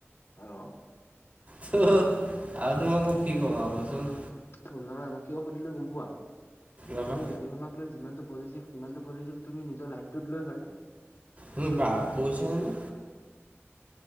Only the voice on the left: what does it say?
<unintelligible>
ত' নহয় মই কিয় সুধিলো গম পোৱা
তুমি গাড়ীখনক লৈ যিমানটো পজিজিভ সিমানটো পজিজিভ তুমি নিজৰ লাইফটোত লৈ হয়নে?